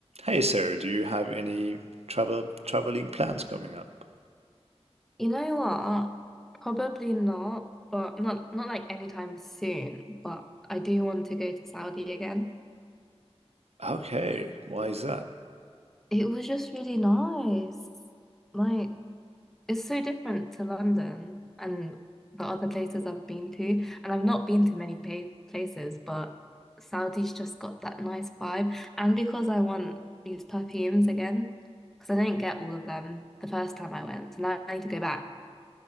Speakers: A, on the right; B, in the centre.
A: Hey, so do you have any travel traveling plans coming up?
B: You know what? Probably not, but not not like anytime soon, but I do want to go to Saudi again.
A: Okay, why is that?
B: It was just really nice. Like it's so different to London and the other places I've been to, and I've not been to many pa places, but Saudi's just got that nice vibe. And because I want these perfumes again, because I didn't get all of them the first time I went, so now I need to go back